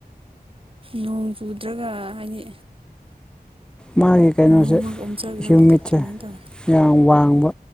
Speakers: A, on the right; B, in the centre.
A: ꯅꯣꯡ ꯆꯨꯗ꯭ꯔꯒ ꯍꯥꯏꯗꯤ
B: ꯃꯥꯒꯤ ꯀꯩꯅꯣꯁꯦ
A: ꯃꯝꯃꯒ ꯑꯣꯝꯆꯥꯛꯅꯕꯗꯣ
B: ꯍ꯭ꯌꯨꯃꯤꯠꯁꯦ
A: ꯑꯗꯨꯃꯥꯏꯅ ꯇꯧꯋꯤ
B: ꯌꯥꯝ ꯋꯥꯡꯕ